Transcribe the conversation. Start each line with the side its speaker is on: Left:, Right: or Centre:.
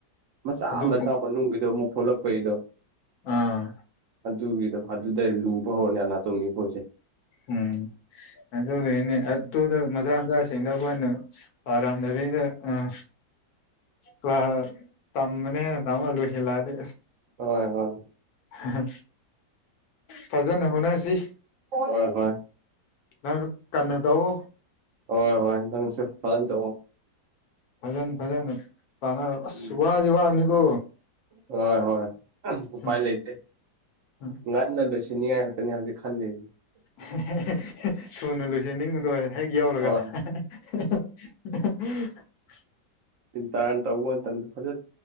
Right: ꯃꯆꯥ
Left: ꯑꯗꯨ
Right: ꯃꯆꯥ ꯃꯅꯨꯡꯒꯤꯗꯣ ꯑꯃꯨꯛ ꯊꯣꯛꯂꯛꯄꯩꯗꯣ
Left: ꯑꯥ
Right: ꯑꯗꯨꯒꯤꯗꯣ ꯑꯗꯨꯗꯩ ꯂꯨꯕ ꯍꯧꯔꯅꯤ ꯑꯅꯇꯣꯃꯤꯒꯤ ꯄꫭꯠꯁꯦ
Left: ꯎꯝ ꯑꯗꯨꯅꯦ ꯑꯗꯨꯗ ꯃꯆꯥ ꯃꯆꯥ ꯊꯦꯡꯅꯕꯑꫭꯏꯅ ꯄꯥꯔꯝꯗꯕꯤꯗ ꯑꯥ ꯀ꯭꯭ꯂꯥꯁ ꯇꯃꯃꯥꯅꯦ ꯇꯝꯃ ꯂꯣꯏꯁꯤꯜ ꯂꯛꯑꯗꯤ
Right: ꯍꯣꯏ ꯍꯣꯏ
Left: ꯍꯥ ꯍꯥ ꯐꯖꯅ ꯍꯣꯠꯅꯁꯤ
Right: ꯍꯣꯏ ꯍꯣꯏ
Left: ꯅꯪꯁꯨ ꯀꯟꯅ ꯇꯧꯑꯣ
Right: ꯍꯣꯏ ꯍꯣꯏ ꯅꯪꯁꯤ ꯐꯥꯟ ꯇꯧꯑꯣ
Left: ꯐꯖꯅ ꯐꯖꯅ ꯄꯥꯅꯔꫭ ꯑꯁ
Right: ꯎꯝ
Left: ꯋꯥꯗꯤ ꯋꯥꯕꯅꯤꯀꯣ
Right: ꯍꯣꯏ ꯍꯣꯏ ꯎꯄꯥꯏ
Left: ꯎꯝ
Right: ꯂꯩꯇꯦ
Left: ꯎꯝ
Right: ꯉꯟꯅ ꯂꯣꯏꯁꯤꯟꯅꯤꯉꯥꯏ ꯈꯛꯇꯅꯤ ꯍꯧꯖꯤꯛ ꯈꯜꯂꯤ
Left: ꯍꯦ ꯍꯦ ꯍꯦ ꯍꯦ ꯊꯨꯅ ꯂꯣꯏꯁꯟꯅꯤꯡꯕꯗꯣ ꯍꯦꯛ
Right: ꯍꯣꯏ
Left: ꯌꯧꯔꯒ ꯍꯦ ꯍꯦ ꯍꯦ ꯍꯦ ꯍꯦ
Right: ꯇꯤꯟꯇꯥꯅ ꯇꯧꯕ ꯃꯇꯝꯗ ꯐꯖ